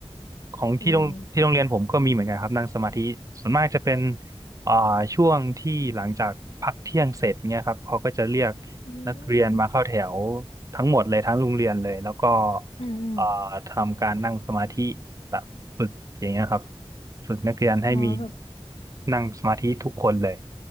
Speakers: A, on the right; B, on the left.
A: ของที่โรงที่โรงเรียนผมก็มีเหมือนกันครับนั่งสมาธิส่วนมากจะเป็น
B: เออ
A: อ่าช่วงที่หลังจากพักเที่ยงเสร็จเนี่ยครับเขาก็จะเรียก
B: อืม
A: นักเรียนมาเข้าแถวทั้งหมดเลยทั้งโรงเรียนเลยแล้วก็
B: อ่าอา
A: อ่าทำการนั่งสมาธิแบบฝึกอย่างเงี้ยครับฝึกนักเรียนให้มี
B: อ๋อแบบ
A: นั่งสมาธิทุกคนเลย